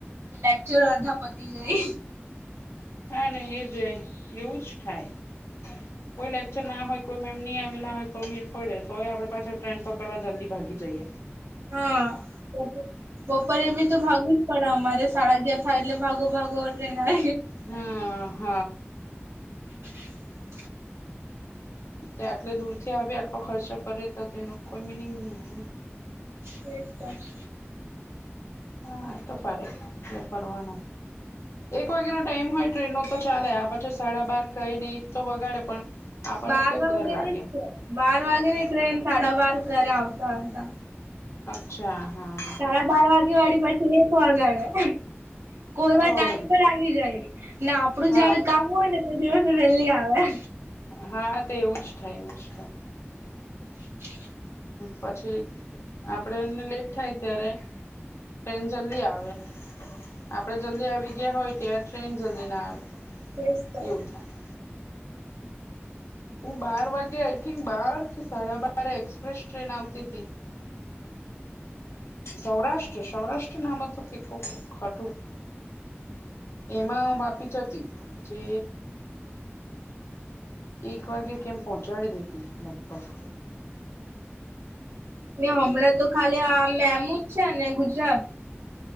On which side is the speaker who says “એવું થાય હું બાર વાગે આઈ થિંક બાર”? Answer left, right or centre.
Left